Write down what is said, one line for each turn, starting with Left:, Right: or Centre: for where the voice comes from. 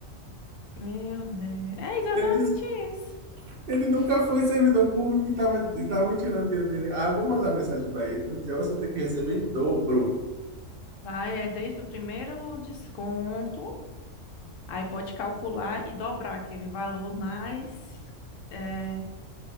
Left: meu Deus. É exatamente
Right: Ele disse que
Left: isso.
Right: ele nunca foi servidor público e estava tirando dinheiro dele. Ah, eu vou mandar mensagem para ele, vou dizer, "Ó, você tem que receber em dobro.
Left: Vai, é desde o primeiro desconto, aí pode calcular e dobrar aquele valor mais é,